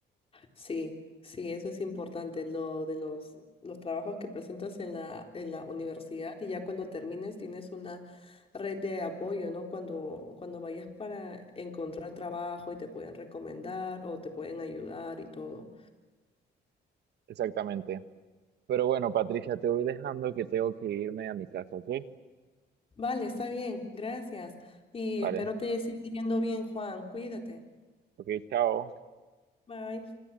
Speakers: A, on the left (about 30°); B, on the right (about 70°).
A: Sí, sí, eso es importante, lo de los, los trabajos que presentas en la, en la universidad y ya cuando termines tienes una red de apoyo, ¿no? Cuando, cuando vayas para encontrar trabajo y te pueden recomendar o te pueden ayudar y todo.
B: Exactamente. Pero bueno, Patricia, te voy dejando que tengo que irme a mi casa, ¿ok?
A: Vale, está bien, gracias. Y
B: Vale,
A: espero te siga yendo bien, Juan. Cuídate.
B: ok, chao.
A: Bye.